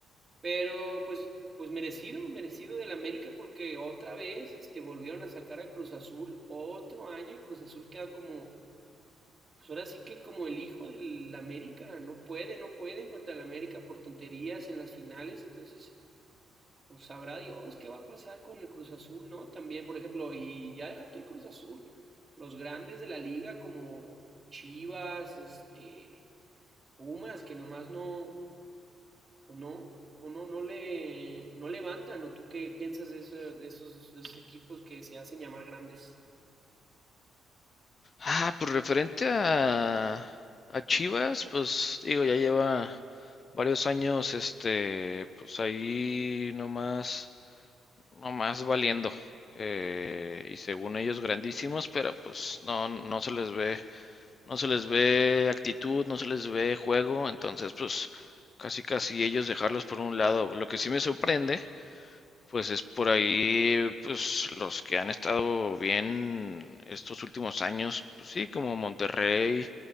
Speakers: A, on the right; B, on the left.
A: Pero pues, pues merecido, merecido del América porque otra vez, este, volvieron a sacar a Cruz Azul otro año y Cruz Azul queda como, pues ahora sí que como el hijo del América, no puede, no pueden contra el América por tonterías en las finales, entonces pues sabrá Dios qué va a pasar con el Cruz Azul, ¿no? También, por ejemplo, y ya deja tú el Cruz Azul, los grandes de la liga como Chivas, este, Pumas, que nomás no, pues no, no, no, no le, no levantan, ¿o tú qué piensas de, eso- de esos, de esos equipos que se hacen llamar grandes?
B: Ah, pues referente a, a Chivas, pues digo, ya lleva varios años, este, pues ahí nomás, nomás valiendo. eh, y según ellos grandísimos, pero pues no, no se les ve, no se les ve actitud, no se les ve juego, entonces pues casi casi ellos dejarlos por un lado. Lo que sí me sorprende pues es por ahí, pues los que han estado bien estos últimos años, pues sí, como Monterrey,